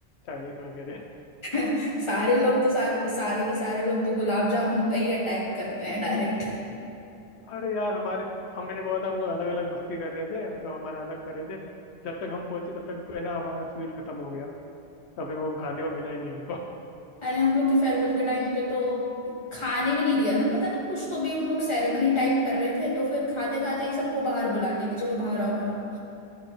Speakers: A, on the left; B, on the left.
A: चाइनीज वगैरह
B: <laughs> सारे लोग तो सारे सारे के सारे लोग तो गुलाब जामुन पे ही अटैक करते हैं डायरेक्ट
A: अरे यार हमारे हम मैंने बोला था हम लोग अलग अलग मस्ती कर रहे थे मतलब हमारा अलग कर रहे थे जब तक हम पहुंचे तब तक है ना हमारा स्वीट खत्म हो गया तो फिर वो खाने को मिला ही नहीं हमको
B: <laughs> अरे हम लोग के फेयरवेल के टाइम पे तो खाने भी नहीं दिया था पता नहीं कुछ तो भी उन लोग सेरेमनी टाइप कर रहे थे तो फिर खाते खाते ही सबको बाहर बुला लिया कि चलो बाहर आओ बाहर आओ